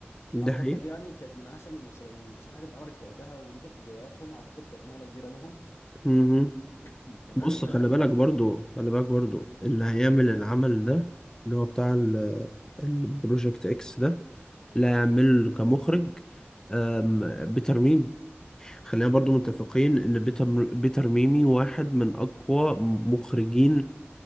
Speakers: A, on the left (about 15°); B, on the left (about 75°).
A: ده
B: اعتقد
A: حقيقي
B: يعني كانت من احسن المسر- المسرحيات اللي اتعملت في وقتها ودي كانت في بداياتهم اعتقد كانت نقله كبيره لهم
A: مهم.
B: <clears throat> كمان
A: بص خلي
B: آه،
A: بالك برضو خلي بالك برضو اللي هيعمل العمل ده اللي هو بتاع ال- البروجكت اكس ده اللي هيعمله كمخرج آم، بيتر ميمي خلينا برضو متفقين ان بيتر بيتر ميمي واحد من اقوى مخرجين